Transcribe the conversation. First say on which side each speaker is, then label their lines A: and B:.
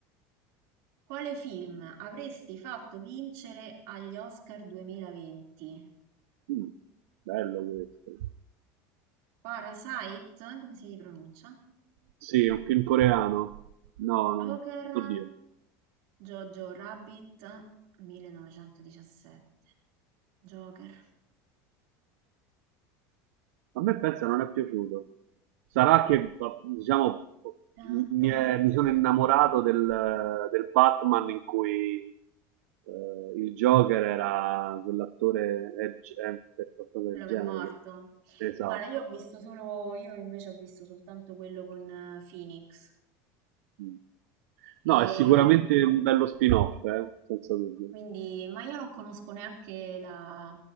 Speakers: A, on the right; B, on the right.
A: Quale film avresti fatto vincere agli Oscar 2020?
B: Mm, bello questo.
A: Parasite, come si pronuncia?
B: Sì, è un film coreano. No, non...
A: Joker,
B: oddio,
A: Jojo Rabbit, 1917. Joker.
B: A me pensa non è piaciuto. Sarà che, diciamo,
A: Ta
B: mi,
A: ta
B: è- mi
A: ta.
B: sono innamorato del, del Batman in cui eh, il Joker era quell'attore Edge Hemper, qualcosa
A: Quello
B: del
A: che
B: genere.
A: è morto.
B: che- Esatto.
A: Guarda, io ho visto solo, io invece ho visto soltanto quello con eh, Phoenix.
B: Mm.
A: E
B: No, è sicuramente un bello spin-off, eh, senza dubbio.
A: quindi, ma io non conosco neanche la,